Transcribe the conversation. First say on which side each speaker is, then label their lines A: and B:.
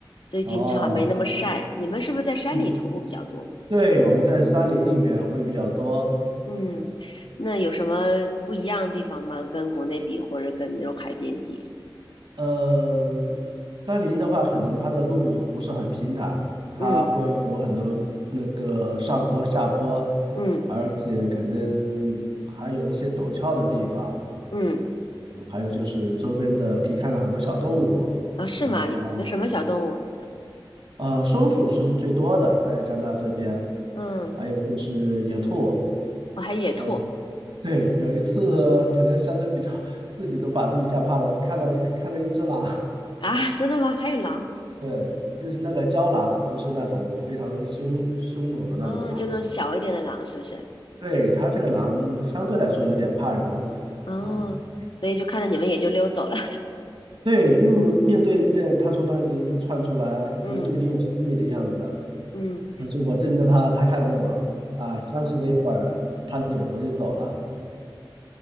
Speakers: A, on the left; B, on the right.
A: 最近正好没那么晒。
B: 哦，
A: 你们是不是在山里徒步比较多？
B: 嗯，对，我们在山林里面会比较多。
A: 嗯，那有什么不一样的地方吗？跟国内比，或者跟那种海边比？
B: 呃，山林的话，可能它的路不是很平坦，它会有很多那个上坡下坡，
A: 嗯嗯
B: 而且可能还有一些陡峭的地方。
A: 嗯，
B: 嗯还有就是周边的可以看到很多小动物，
A: 啊，是吗？
B: 然后
A: 有什么小动物？
B: 呃，松鼠是最多的，在加拿大这边，
A: 嗯，
B: 还有就是野兔，
A: 哦，还有野兔
B: 呃，对，有一次可能相对比较自己都把自己吓怕了，我看到看到一只狼，
A: 啊？真的吗？还有狼？
B: <laughs> 对，就是那个郊狼，不是那种非常凶凶猛的那种狼，
A: 哦，就那种小一点的狼，是不是？
B: 对，它这个狼相对来说有点怕人啊，
A: 哦，所以就看到你们也就溜走了。
B: 对，就是面对面，它从那里一直窜出来，
A: <laughs>
B: 可能就离我十米的样子。
A: 嗯。嗯，
B: 就我盯着他，他看着我，啊，僵持了一会儿，他扭头就走了。